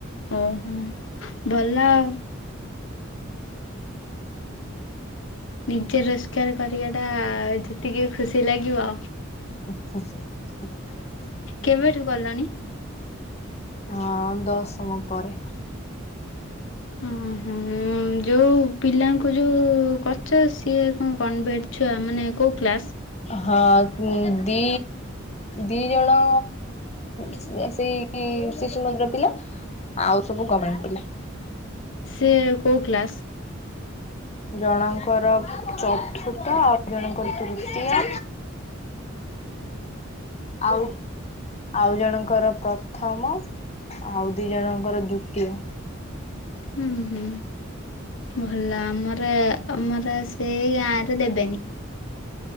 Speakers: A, on the left; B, on the left.
A: ଓହୋ। ଭଲ ଆଉ ନିଜେ ରୋଜଗାର କରିବା ଟା ଯେତିକି ଖୁସି ଲାଗିବ
B: <inaudible>
A: କେବେଠୁ କଲଣି?
B: ହଁ ଦଶମ ପରେ
A: ଓହୋ ଯୋଉ ପିଲାଙ୍କୁ ଯୋଉ କରୁଚ ସିଏ କଣ କନଭେଟ୍ ଛୁଆ ମାନେ କୋଉ କ୍ଲାସ୍?
B: ହଁ ଦି ଦି ଜଣ ସେଇ ଶିଶୁ ମନ୍ଦିର ପିଲା। ଆଉ ସବୁ ଗର୍ମେଣ୍ଟ ପିଲା।
A: ସେ କୋଉ କ୍ଲାସ?
B: ଜଣଙ୍କର ଚତୁର୍ଥ, ଆଉ ଜଣଙ୍କର ତୃତୀୟା ଆଉ ଆଉ ଜଣଙ୍କର ପ୍ରଥମ। ଆଉ ଦି ଜଣଙ୍କର ଦୁତିୟ।
A: ହୁଁ ହୁଁ ଭଲ ଆମର ଆମର ସେ ଗାଁ ରେ ଦେବେନି।